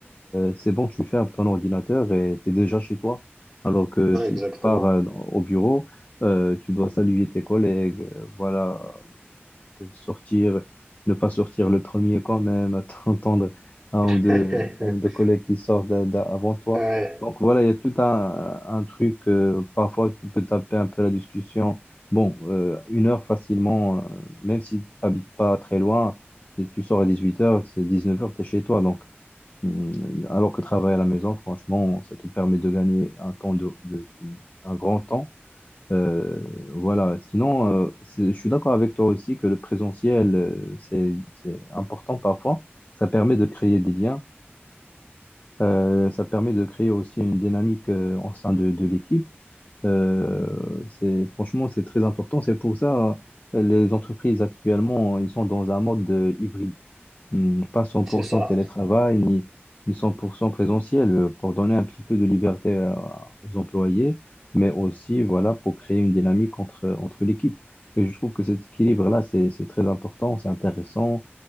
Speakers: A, on the left (about 40°); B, in the centre.
A: c'est bon, tu fermes ton ordinateur et tu es déjà chez toi. Alors que
B: Ouais,
A: si
B: exactement.
A: tu pars euh, au bureau, euh, tu dois saluer tes collègues, euh, voilà, sortir, ne pas sortir le premier quand même, <laughs> attendre un
B: <laughs>
A: ou deux, un ou deux collègues qui sortent d'a- d'a- avant toi.
B: Ouais,
A: Donc voilà, il y a tout un, un truc, euh, parfois tu peux taper un peu la discussion. Bon, euh, une heure facilement, euh, même si tu n'habites pas très loin, et tu sors à 18 heures, c'est 19 heures tu es chez toi. Donc, hum, alors que travailler à la maison, franchement, ça te permet de gagner un temps de, de- de- de- un grand temps. Euh, voilà. Sinon, euh, c'est- je suis d'accord avec toi aussi que le présentiel, euh, c'est, c'est important parfois. Ça permet de créer des liens. Euh, ça permet de créer aussi une dynamique euh, au sein de, de l'équipe. Euh, c'est, franchement, c'est très important. C'est pour ça euh, les entreprises actuellement, ils sont dans un mode euh, hybride. Hmm, Pas 100%
B: c'est ça.
A: télétravail ni, ni 100% présentiel euh, pour donner un petit peu de liberté à- aux employés, mais aussi voilà, pour créer une dynamique entre, entre l'équipe. Et je trouve que cet équilibre-là, c'est, c'est très important, c'est intéressant.